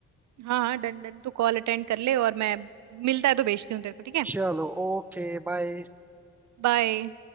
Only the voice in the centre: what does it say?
चलो ओके बाय